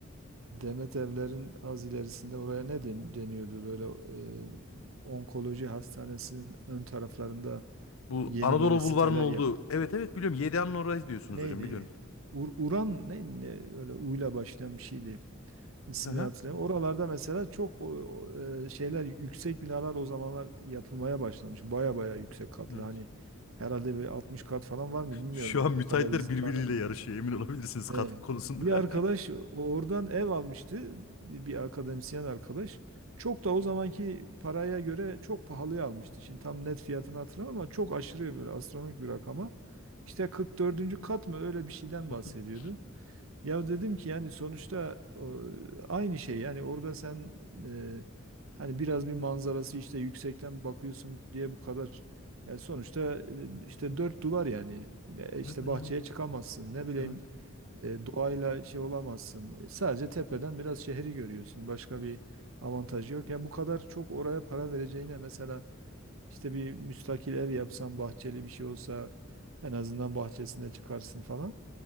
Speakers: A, on the right; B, on the left.
A: Demet Evler'in az ilerisinde oraya ne den- deniyordu? Böyle eee, onkoloji hastanesinin ön taraflarında
B: Bu
A: yeni
B: Anadolu
A: böyle siteler
B: Bulvarı'nın olduğu.
A: yap.
B: Evet evet biliyorum. YDA'nın orası diyorsunuz
A: Neydi?
B: hocam biliyorum.
A: Ur- Uran ne, ne öyle uyla başlayan bir şeydi. İsmini
B: Hı hı.
A: hatırlayamıyorum. Oralarda mesela çok o- o, eee, şeyler yüksek binalar o zamanlar yapılmaya başlamış. Baya baya yüksek katlı
B: Evet.
A: hani herhalde bir 60 kat falan var mı bilmiyorum.
B: Şu an
A: O
B: müteahhitler
A: kadar izin
B: birbiriyle
A: var.
B: yarışıyor emin olabilirsiniz katkı
A: E,
B: konusunda.
A: bir arkadaş oradan ev almıştı. Bir akademisyen arkadaş. Çok da o zamanki paraya göre çok pahalıya almıştı. Şimdi tam net fiyatını hatırlamam ama çok aşırı böyle astronomik bir rakama. İşte 44. kat mı öyle bir şeyden
B: <laughs>
A: bahsediyordu. Ya dedim ki yani sonuçta o, aynı şey yani orada sen e, hani biraz bir manzarası işte yüksekten bakıyorsun diye bu kadar yani sonuçta e, işte dört duvar yani E,
B: Evet
A: işte
B: yani.
A: bahçeye çıkamazsın ne bileyim
B: Evet.
A: e, doğayla şey olamazsın. E, Sadece tepeden biraz şehri görüyorsun. Başka bir avantajı yok. Ya bu kadar çok oraya para vereceğine mesela işte bir müstakil ev yapsan, bahçeli bir şey olsa en azından bahçesine çıkarsın falan.